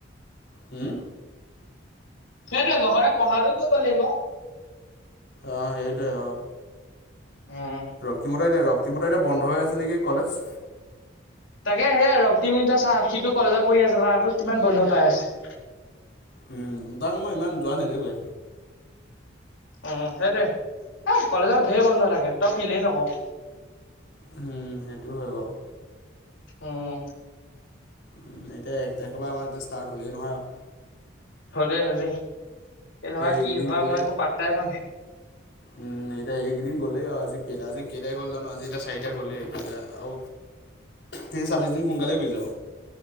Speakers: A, on the left; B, on the left.
A: উম।
B: সেইটোৱে লগতে পঢ়াটো কৰিব লাগিব।
A: অ সেইটোৱে অ।
B: উম
A: ৰক্তিমৰ ত এতিয়া ৰক্তিমৰ এতিয়া বন্ধ হৈ আছে নেকি কলেজ?
B: এ সেয়া ৰক্তিম এতিয়া চা। সিটো কলেজত পঢ়ি আছে। মাহটোত কিমান বন্ধ পাই আছে।
A: উম। তাক মই ইমান যোৱা নেদেখুৱে।
B: উম সেইটোৱে। এ কলেজৰ ধেৰ বন্ধ থাকে। তই ফিলেই নক।
A: উম সেইটো হয় বাওঁ।
B: অহ।
A: উ। এতিয়া এক তাৰিখ পৰা আমাৰ এয়া ষ্টাৰ্ট হলেই নহয় আৱ।
B: হ'লেই হলেই। কেনেকুৱা
A: এইকেইদিন
B: কি হয়
A: গ'লে
B: মই একো পাতটাই পোৱা নাই।
A: উম। এতিয়া এইকেইদিন গলেই আও। আজি কেতা আজি কেটাইখ হ'ল জানো। আজি এ চাৰিটা হ'লে সটো এটা আও তে ছাব্বিশ দিন সোনকালে গুচি যাব